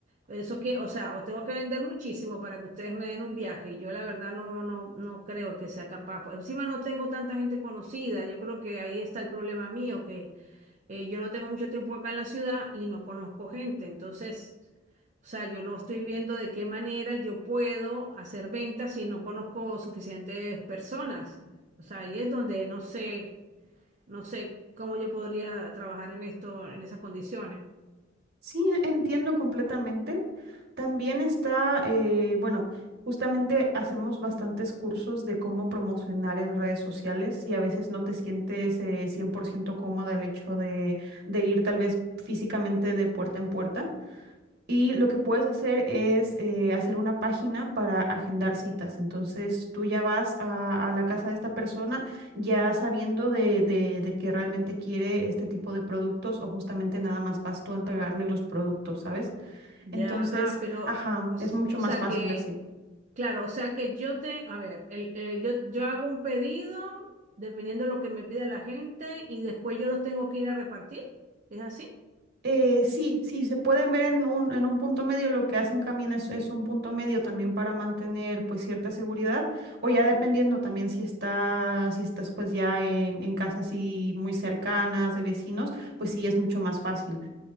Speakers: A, on the right; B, on the right.
A: Eso que, o sea, o tengo que vender muchísimo para que ustedes me den un viaje. Y yo la verdad no, no, no creo que sea capaz. Por Encima no tengo tanta gente conocida. Yo creo que ahí está el problema mío, que eh, yo no tengo mucho tiempo acá en la ciudad y no conozco gente. Entonces, o sea, yo no estoy viendo de qué manera yo puedo hacer ventas si no conozco suficientes personas. O sea, ahí es donde no sé. No sé cómo yo podría trabajar en esto, en esas condiciones.
B: Sí, e- entiendo completamente. También está, eh, bueno, justamente hacemos bastantes cursos de cómo promocionar en redes sociales y a veces no te sientes eh, 100% cómoda el hecho de, de ir tal vez físicamente de puerta en puerta. Y lo que puedes hacer es eh, hacer una página para agendar citas. Entonces tú ya vas a, a la casa de esta persona ya sabiendo de, de, de que realmente quiere este tipo de productos o justamente nada más vas tú a entregarle los productos, ¿sabes?
A: Ya,
B: Entonces,
A: ah, pero,
B: ajá,
A: o, s-
B: es mucho
A: o
B: más
A: sea
B: fácil
A: que,
B: así.
A: claro, o sea que yo te, a ver, el, eh, yo, yo hago un pedido dependiendo de lo que me pida la gente y después yo los tengo que ir a repartir. ¿Es así?
B: Eh, sí, sí, se pueden ver en un, en un punto medio, lo que hacen también es, es un punto medio también para mantener pues cierta seguridad, o ya dependiendo también si está, si estás pues ya en, en casas así muy cercanas de vecinos, pues sí es mucho más fácil,